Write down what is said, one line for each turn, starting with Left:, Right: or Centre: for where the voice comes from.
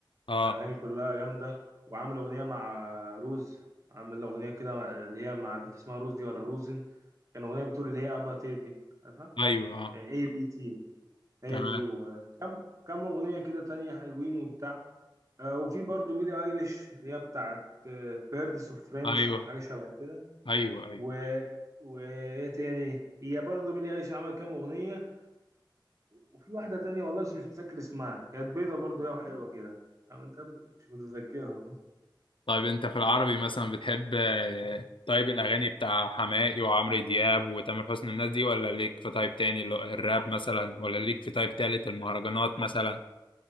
Left: اه
Right: اغاني كلها جامده وعامل اغنيه مع روز عامل اغنيه كده مع- اللي هي مع البنت اسمها روز دي ولا روزن كان اغنيه بتقول اللي هي ابا تي دي عارفها
Left: ايوه اه
Right: اي بي تي هي
Left: تمام
Right: دي وكم كم اغنيه كده تانية حلوين وبتاع آه، وفي برضو بيلي ايليش اللي هي بتاعت بيردس اوف فريندز
Left: ايوه
Right: حاجه شبه كده
Left: ايوه ايوه
Right: و وايه تاني هي برضو بيلي ايليش عمل كام اغنيه وفي واحده تانية والله بس مش متذكر اسمها كانت بيضه برضو هي وحلوة كده أو انت مش متذكرهم
Left: طيب انت في العربي مثلا بتحب آه، طيب الاغاني بتاع حماقي وعمرو دياب وتامر حسني الناس دي ولا ليك في تايب تاني اللي هو الراب مثلا ولا ليك في تايب تالت المهرجانات مثلا